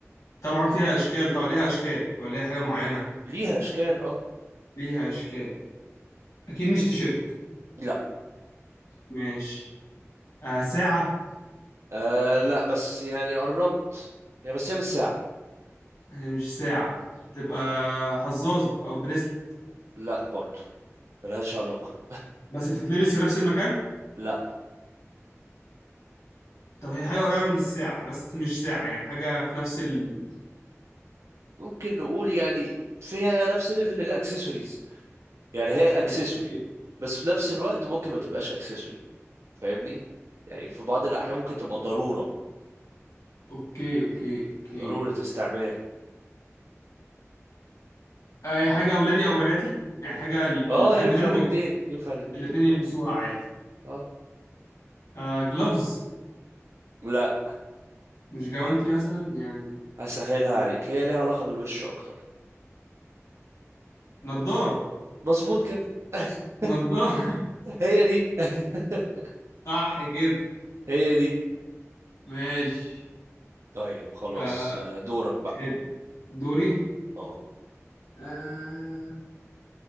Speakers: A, on the left (about 80°); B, on the right (about 65°).
A: طبعا فيها اشكال طبعا ليها اشكال ولا هي حاجه معينه
B: ليها اشكال اه
A: ليها اشكال اكيد مش تيشيرت
B: لا
A: ماشي آه ساعه
B: آه لا بس يعني قربت يعني بس هي مش ساعة
A: هي مش ساعه تبقى حظاظه او بريسلت
B: لا برضو ملهاش علاقة
A: بس بتتلبس في نفس المكان
B: لا
A: طب هي حاجه قريبه من الساعه بس مش ساعه يعني حاجه في نفس ال
B: ممكن نقول يعني فيها نفس ليفل الاكسسوارز يعني هي اكسسوري
A: اوكي
B: بس في نفس الوقت ممكن ما تبقاش اكسسوري فاهمني يعني في بعض الاحيان ممكن تبقى ضرورة
A: اوكي اوكي اوكي
B: ضرورة استعمال
A: آه هي حاجه اولادي او بناتي يعني حاجه ل-
B: اه
A: لحد
B: ينفع
A: منهم
B: الاتنين ينفع الاتنين
A: الاثنين يلبسوها عادي
B: اه
A: آه جلوفز
B: لا
A: مش جوانتي مثلا يعني
B: هسهلها عليك هي ليها علاقة بالوش اكتر
A: نضاره
B: مظبوط كده <laughs>
A: نضاره
B: هي دي <laughs>
A: <laughs> صح كده
B: هي دي
A: ماشي
B: طيب خلاص
A: آه
B: آه، دورك بقى
A: حلو دوري
B: اه
A: آه